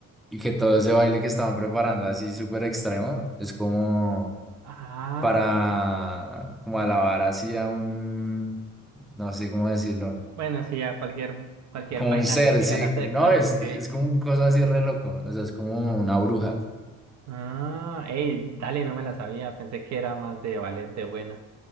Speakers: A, in the centre; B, on the right.
A: Y que todo ese baile que estaban preparando así súper extremo es como
B: Ah,
A: para como alabar así a un, no sé cómo decirlo,
B: bueno, sí, ya cualquier, cualquier
A: como
B: vaina
A: un ser,
B: que siga
A: sí,
B: la secta,
A: no, es,
B: ok.
A: es como un cosa así re loco, o sea, es como una bruja,
B: Ah, hey, dale, no me la sabía. Pensé que era más de ballet de buena.